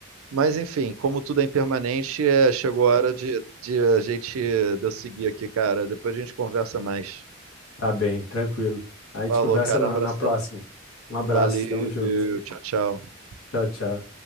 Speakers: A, on the right; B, on the left.
A: Mas, enfim, como tudo é impermanente, é, chegou a hora de, de a gente de eu seguir aqui, cara. Depois a gente conversa mais.
B: tá bem, tranquilo. A gente
A: Falou,
B: conversa
A: cara.
B: na,
A: Um abração.
B: na próxima. Um abraço,
A: Valeu.
B: tamo junto.
A: Tchau, tchau.
B: Tchau, tchau.